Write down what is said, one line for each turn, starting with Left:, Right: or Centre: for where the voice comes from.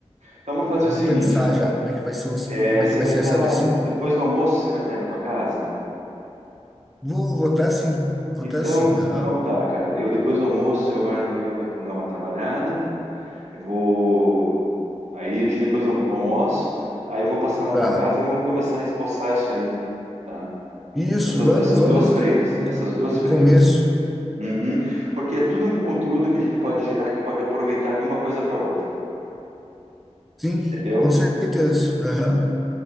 Right: Então, Vamos fazer
Centre: Vamos
Right: o seguinte,
Centre: pensar
Right: cara.
Centre: já como é que vai ser o, es-
Right: É,
Centre: como é
Right: você
Centre: que vai
Right: vai
Centre: ser,
Right: estar,
Centre: sabe assim?
Right: depois do almoço, você vai estar aí na tua casa?
Centre: Vou votar sim, votar
Right: Então,
Centre: sim, aham.
Right: então tá, cara. Eu depois do almoço, eu agora de manhã eu vou dar uma trabalhada. Eu vou. Aí a gente depois eu almoço, aí eu vou passar na
Centre: Tá.
Right: tua casa e vamos começar a esboçar isso aí, tá?
Centre: Isso,
Right: Essas,
Centre: vamos,
Right: essas
Centre: vamos.
Right: duas frentes,
Centre: O,
Right: essas
Centre: co-
Right: duas
Centre: o
Right: frentes.
Centre: começo,
Right: Uhum. Porque é tudo um conteúdo que a gente pode gerar que pode aproveitar de uma coisa para outra,
Centre: sim,
Right: entendeu?
Centre: com certeza. Aham.